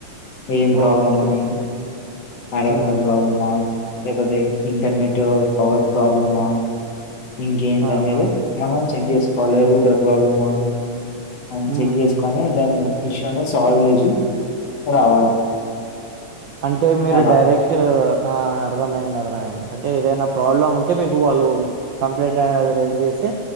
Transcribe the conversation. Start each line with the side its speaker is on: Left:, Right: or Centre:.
Left: ఏం ప్రాబ్లం
Right: ఓకే.
Left: అని అడాప్టర్
Right: హ్మ్.
Left: ప్రాబ్లమా లేపోతే ఇంటర్నెట్ పవర్ ప్రాబ్లమా ఇంకేంటి
Right: ఆహా!
Left: అనేది మనం చెక్ చేసుకోవాలి రూడర్ ప్రాబ్లమా మనం
Right: హ్మ్.
Left: చెక్ చేసుకొని దాని ఇష్యూని సాల్వ్ చేసి రావాలి.
Right: అంటే మీరు
Left: అలా
Right: డైరెక్ట్ ఆ అర్థమైంది అర్థమైంది అంటే ఏదైనా ప్రాబ్లమ్ ఉంటే మీకు వాళ్ళు కంప్లైంట్ రైజ్ అంతే